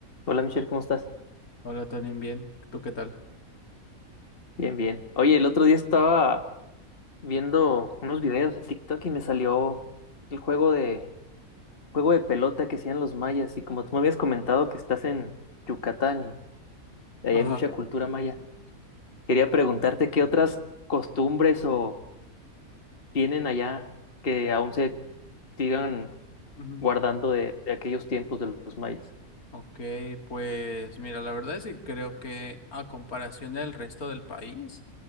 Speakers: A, on the left; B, on the left.
A: Hola Michelle, ¿cómo estás?
B: Hola, Tony, bien. ¿Tú qué tal?
A: Bien, bien. Oye, el otro día estaba viendo unos videos de TikTok y me salió el juego de juego de pelota que hacían los mayas y como tú me habías comentado que estás en Yucatán y ahí
B: Ajá.
A: hay mucha cultura maya, quería preguntarte qué otras costumbres o tienen allá que aún se sigan
B: ujú.
A: guardando de, de aquellos tiempos de los mayas.
B: Ok, pues mira, la verdad sí creo que a comparación del resto del país,